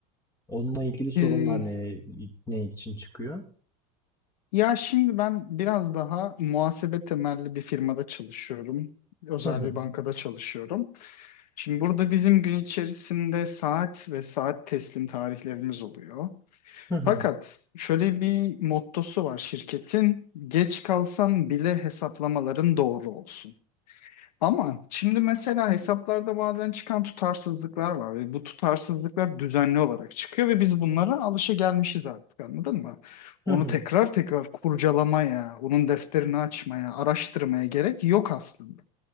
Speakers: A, on the left; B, on the left.
A: Onunla ilgili sorunlar
B: Ee,
A: ne ne için çıkıyor?
B: ya şimdi ben biraz daha muhasebe temelli bir firmada çalışıyorum. Özel
A: Hı hı.
B: bir bankada çalışıyorum. Şimdi burada bizim gün içerisinde saat ve saat teslim tarihlerimiz oluyor.
A: Hı hı.
B: Fakat şöyle bir mottosu var şirketin. Geç kalsan bile hesaplamaların doğru olsun. Ama şimdi mesela hesaplarda bazen çıkan tutarsızlıklar var ve bu tutarsızlıklar düzenli olarak çıkıyor ve biz bunlara alışagelmişiz artık anladın mı?
A: Hı
B: Onu
A: hı.
B: tekrar tekrar kurcalamaya, onun defterini açmaya, araştırmaya gerek yok aslında.